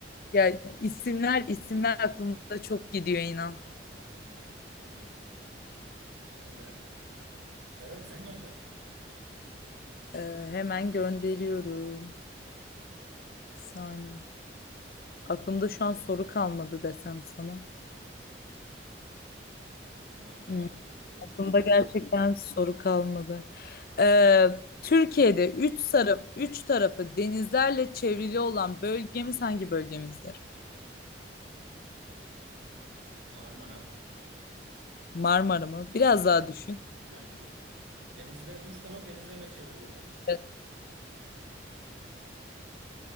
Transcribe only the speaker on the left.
ya isimler isimler aklımda çok gidiyor inan.
Ee, hemen gönderiyorum. Bir saniye. Aklımda şu an soru kalmadı desem sana.
Hmm,
aklımda
gerçekten soru kalmadı. Ee, Türkiye'de üç sarı, üç tarafı denizlerle çevrili olan bölgemiz hangi bölgemizdir?
Marmara mı? Biraz daha düşün.
Evet.